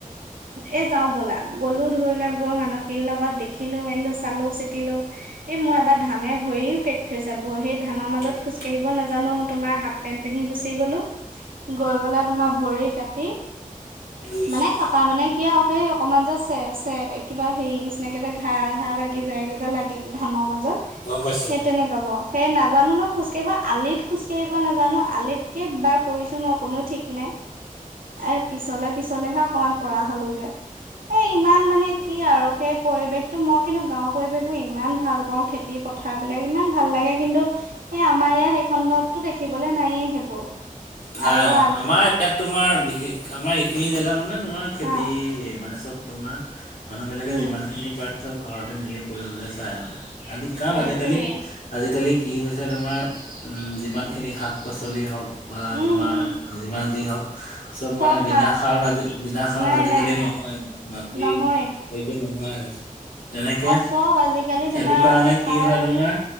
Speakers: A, on the right; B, on the left.
A: এ যাওঁ ব'লা গ'লো ধৰি লোৱা গৈ মানসিৰ লগত দে ৰাখিলো মাৰিলো চালো চিটিলো এই মই এটা ধানে ভৰিও কেট থৈছা ব সেই ধানৰ মাজত
B: উম
A: খোজ
B: উম
A: কাৰিব নাজাও জানো তোমাৰ হাফ পেন্ট পিন্ধি গুচি গলো, গৈ পেলাই তোমাৰ ভৰি কাটি
B: বুজিছো
A: মানে
B: অ
A: কটা মানে কি আৰু সেই অকমান যে চে চ কিবা হেৰি নিচিনাকে যে খাই। ঘাঁহ লাগি
B: উম
A: যায়গেই
B: উম
A: যে লাগে ধানৰ মাজত,
B: গম পাইছো
A: সেই
B: অ গম পাইছো
A: তেনেকুৱা বাৰু। সেই নাজানো ন খোজকাঢ়িব আলিত খোজ কঢ়িব নাজানো, আলিতকে বাৰ পৰিছো মই কোনো ঠিক নাই। এ পিছলে পিছলেহে অকমান পৰা হলোগে। এ ইমান মানে কি আৰু সেই পৰিৱেশতটো মই কিন্তু গাওৰ পৰিৱেশ বোৰ ইমান ভাল পাওঁ, খে পুতি পথাৰ বিলাক ইমান ভাল লাগে, কিন্তু এ আমাৰ ইয়াত এই খণ্ডতো দেখিবলৈ নাইয়ে সেইবোৰ।
B: নাই
A: আৰু
B: অ'
A: আজি
B: আমাৰ ইয়াত তোমাৰ বিশেষ আমাৰ এইখিনি জোগাত মানে তোমাৰ খেতি
A: অ
B: মানে চব তোমাৰ মানুহ বিলাকে
A: উম
B: যিমান খিনি পাৰে চব ঘৰতে নিজে কৰিবলৈ চাই মানে আজি কাৰণ
A: সেইটোৱে
B: আজিকালি আজিকালি কি হৈছে তোমাৰ যিমানখিনি শাক পাচলি হওক বা
A: উম
B: তোমাৰ,
A: উম
B: যিমান যি হওক। চব
A: চ
B: মানে
A: খা
B: বিনা সাৰ আজ বিনা সাৰ
A: নাই
B: আজিকালি
A: নাই নাই
B: নহয়, মাটি
A: নহয়
B: এইটো নোহোৱাই হৈছে। তেনেকে,
A: আৰু চব আজিকালি
B: সেইটো
A: তোমাৰ
B: কাৰণে
A: সাৰ
B: কি হয়, তোমাৰ